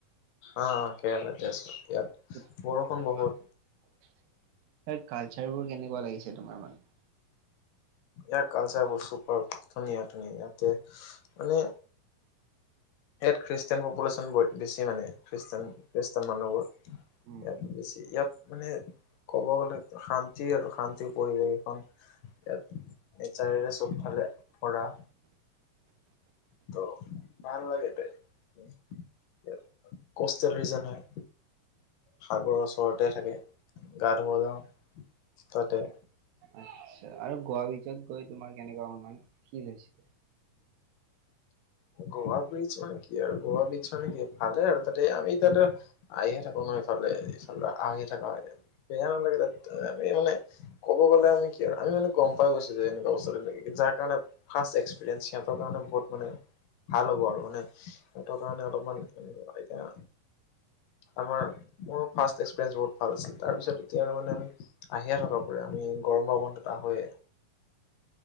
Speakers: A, on the left; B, on the right.
A: অ', অ', কেৰেলাতে আছোঁ ইয়াত।
B: তাত
A: বৰষুণ বহুত
B: কালচাৰবোৰ কেনেকুৱা লাগিছে তোমাৰ মানে?
A: ইয়াৰ কালচাৰবোৰ চুপাৰব ধুনীয়া ধুনীয়া ইয়াতে মানে ইয়াত খ্ৰীষ্টান পপুলেশ্যন ব বেছি মানে খ্ৰীষ্টান খ্ৰীষ্টান মানুহবোৰ। ইয়াত
B: উম।
A: বেছি ইয়াত মানে ক'ব গ'লে শান্তি আৰু শান্তিৰ পৰিৱেশ এখন ইয়াত নেচাৰেৰে চবফালে ভৰা। ত' ভাল লাগেতে ইয়াত কষ্টেলৰিজন হয়। সাগৰৰ ওচৰতে থাকে গা ধুব যাওঁ তাতে।
B: আচ্ছা আৰু গোৱা ভিতৰত গৈ তোমাৰ কেনেকুৱা অনুমান ফ্ৰিল হৈছিলে?
A: গোৱা ব্ৰিচ মানে কি আৰু গোৱা ব্ৰিচ মানে কি ভালে আৰু তাতে আমি তাতে আহিয়ে থাকো ন ইফালে ইফালে আহিয়ে থকা হয় বেয়া নালাগে তাত। আমি মানে ক'ব গ'লে আমি কি আমি মানে গম পাই গৈছে যে এনেকুৱা বস্তু এটা থাকে। যাৰ কাৰণে ফাৰ্ষ্ট এক্সপিৰিয়েঞ্চ সিহঁৰ কাৰণে বহুত মানে ভাল হ'ব আৰু মানে সিঁহতৰ কাৰণে অলপমান এতিয়া আমাৰ মোৰ ফ্ৰাষ্ট এক্সপিৰিয়েঞ্চ বহুত ভাল আছিল তাৰপিছত এতিয়া আৰু মানে আমি আহিয়ে থাকো পুৰা আমি গৰম বন্ধত আহোয়ে।